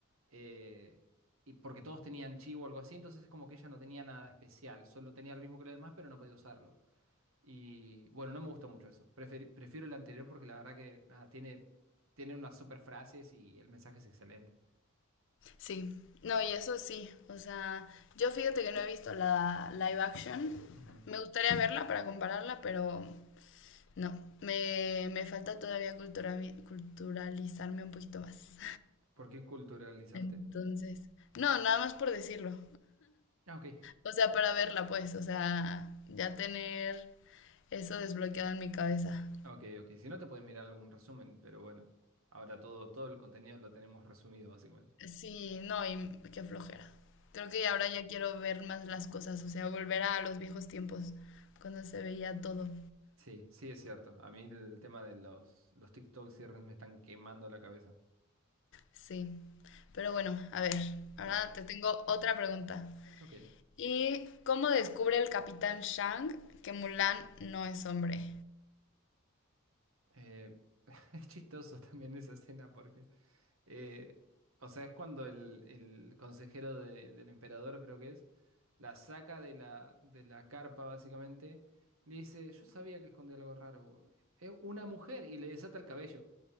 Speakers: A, on the right (about 70°); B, on the left (about 60°).
A: eh, y porque todos tenían chi o algo así, entonces es como que ella no tenía nada especial, solo tenía lo mismo que los demás, pero no podía usarlo. Y bueno, no me gusta mucho eso. Preferi- prefiero el anterior porque la verdad que nada, tiene, tiene unas super frases y el mensaje es excelente.
B: Sí, no, y eso sí, o sea, yo fíjate que no he visto la live action.
A: Ujú.
B: Me gustaría verla para compararla, pero No, me, me falta todavía cultura, culturalizarme un poquito más.
A: ¿Por qué culturalizarte?
B: Entonces, no, nada más por decirlo.
A: Ah, ok.
B: O sea, para verla, pues, o sea, ya tener eso desbloqueado en mi cabeza.
A: Ok, ok. Si no, te puedes mirar algún resumen, pero bueno. Ahora todo, todo el contenido lo tenemos resumido, básicamente.
B: Sí, no, y qué flojera. Creo que ahora ya quiero ver más las cosas, o sea, volver a los viejos tiempos, cuando se veía todo.
A: Sí, sí es cierto. A mí el tema de los, los TikToks y Reels me están quemando la cabeza.
B: Sí, pero bueno, a ver, ahora
A: Dale.
B: te tengo otra pregunta.
A: Ok.
B: ¿Y cómo descubre el capitán Shang que Mulan no es hombre?
A: Eh, <laughs> es chistoso también esa escena porque... eh, o sea, es cuando el, el consejero de- del emperador, creo que es, la saca de la, de la carpa, básicamente. y Le dice, yo sabía que escondía algo raro. Es una mujer y le desata el cabello.